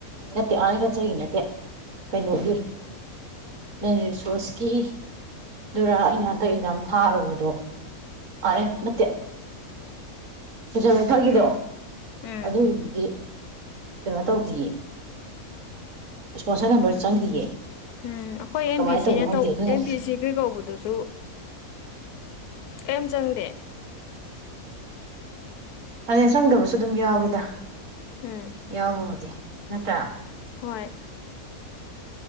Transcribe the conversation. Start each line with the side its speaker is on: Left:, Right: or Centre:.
Right: ꯅꯠꯇꯦ ꯑꯥꯅ ꯈꯟꯆꯒꯤ ꯅꯠꯇꯦ ꯀꯩꯅꯣꯒꯤ ꯅ ꯔꯤꯁꯣꯔꯁꯀꯤꯗꯨꯔꯥ ꯑꯩꯅ ꯍꯟꯇꯛ ꯑꯦꯛꯖꯥꯝ ꯊꯥꯔꯨꯕꯗꯣ ꯑꯔ ꯅꯠꯇ ꯁꯣꯏꯁ ꯊꯛꯒꯤꯗꯣ
Left: ꯎꯝ
Right: ꯑꯗꯨꯒꯤꯗꯨꯗꯤ ꯀꯩꯅꯣ ꯇꯧꯗꯤꯌꯦ ꯏꯁꯄꯣꯟꯁꯔ ꯅꯝꯕꯔ ꯆꯪꯗꯤꯌꯦ
Left: ꯎꯝ ꯑꯩꯈꯣꯏ ꯑꯦꯝ
Right: ꯀꯃꯥꯏꯅ
Left: ꯄꯤ
Right: ꯇꯧꯅꯣ
Left: ꯁꯤꯅ
Right: ꯈꯪꯗꯦ
Left: ꯇꯧ
Right: ꯑꯗꯨꯅ
Left: ꯑꯦꯝ ꯄꯤ ꯁꯤꯒꯤ ꯀꯧꯕꯗꯨꯁꯨ ꯀꯔꯤꯝ ꯆꯪꯗꯦ
Right: ꯑꯗꯩ ꯆꯪꯗꯕꯁꯨ ꯑꯗꯨꯝ ꯌꯥꯎꯋꯤꯗ
Left: ꯎꯝ
Right: ꯌꯥꯎꯕꯨꯗꯤ ꯍꯦꯠꯇ
Left: ꯍꯣꯏ